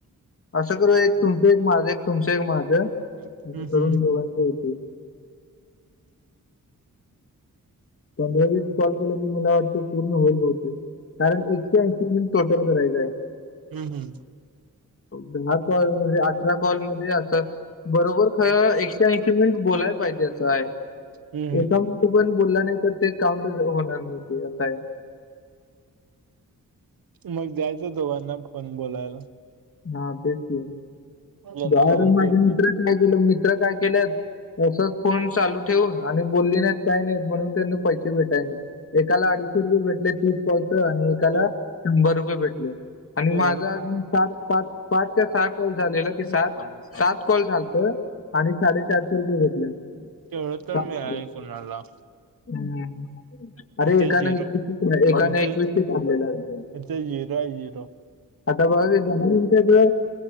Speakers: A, on the left; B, on the right.
A: असं करू या एक तुमच एक माझं तुमच एक माझ अस
B: हम्म
A: करून
B: हम्म
A: दोघांचं होते. पंधरा वीस कॉल केलं की, मला वाटत पूर्ण होईल बहुतेक कारण एकशे ऐंशी टोटल करायचंय.
B: हम्म हम्म,
A: दहा कॉल म्हणजे अठरा कॉलमध्ये असं बरोबर. खरं एकशे ऐंशीे मिनिट बोलायला पाहिजे असं आहे.
B: हम्म
A: एका मिनिट पण बोलला नाही तर, ते काउंटच होणार नाही ते असा आहे.
B: मग जायचं दोघांना पण बोलायला.
A: हा तेच की,
B: ज्यांना
A: बाहेरून
B: मराठी
A: माझे
B: येते
A: मित्र काय केलं. मित्र काय केल्यात तसच फोन चालू ठेवून आणि बोलली नाहीत, काही नाहीत म्हणून त्यां पैसे भेटाय नाहीत. एकाला अडीचशे रुपये भेटले तीस कॉलच आणि एकाला
B: ते
A: शंभर रुपये भेटले. आणि
B: तेवढ
A: माझ अजून सात पाच पाच ते सहा कॉल झालेना की सात? सात कॉल झाल त, आणि साडे चारशे रुपये भेटले, <unintelligible>
B: तेवढं तर मिळाले कोणाला?
A: हम्म. अरे
B: इथे
A: एकान
B: झिरो
A: एकवीस <unintelligible> एकाने
B: इथे
A: एकवीसने ठरलेलं.
B: इथे झिरो आहे झिरो
A: आता बघा <unintelligible> त